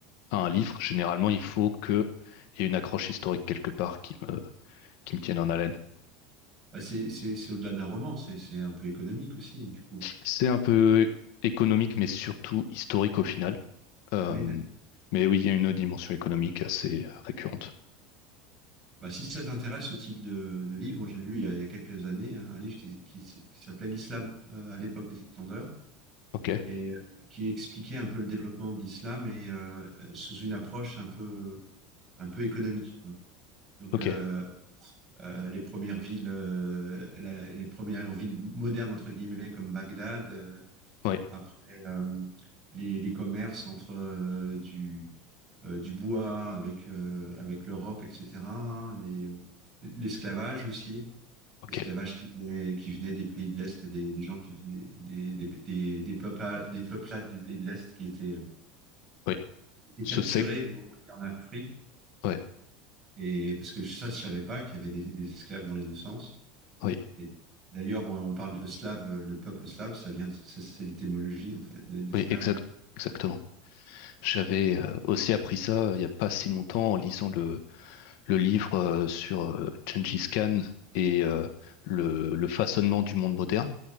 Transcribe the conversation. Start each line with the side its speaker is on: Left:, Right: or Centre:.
Left: à un livre, généralement, il faut que il y ait une accroche historique quelque part qui me, qui me tiennent en haleine.
Right: Bah, c'est, c'est, c'est au-delà d'un roman, c'est, c'est un peu économique aussi, du coup.
Left: C'est un peu économique, mais surtout historique au final. Euh,
Right: Oui, d'accord.
Left: mais oui, il y a une dimension économique assez récurrente.
Right: Bah, si ça t'intéresse, ce type de, de livre, moi j'ai lu il y a, il y a quelques années un, un livre qui, qui s- qui s'appelait L'Islam euh, à l'époque des splendeurs
Left: Ok,
Right: et euh, qui expliquait un peu le développement de l'islam et euh, euh, sous une approche un peu, un peu économique, quoi. Donc,
Left: ok,
Right: euh, euh, les premières villes, euh, la- les premières villes modernes entre guillemets comme Bagdad. euh,
Left: oui,
Right: après, euh, les, les commerces entre euh, du euh, du bois avec euh, avec l'Europe, etc. hein, les l'esclavage aussi.
Left: ok,
Right: L'esclavage qui venait, qui venait des pays de l'Est, des, des gens qui venaient des, des, des, des, peuples, des peuplades du pays de l'Est qui étaient,
Left: oui.
Right: étaient
Left: Ce
Right: capturés
Left: c'est,
Right: et envoyés en Afrique.
Left: ouais,
Right: Et parce que ça, je savais pas qu'il y avait des, des esclaves dans les deux sens.
Left: oui,
Right: Et d'ailleurs, on, on parle de slave, euh, le peuple slave, ça vient, de- c'est c'est l'étymologie en fait des- d'esclaves.
Left: oui, exact, exactement. J'avais euh, aussi appris ça euh, il n'y a pas si longtemps en lisant le, le livre euh, sur euh, Gengis Khan et euh, le, le façonnement du monde moderne.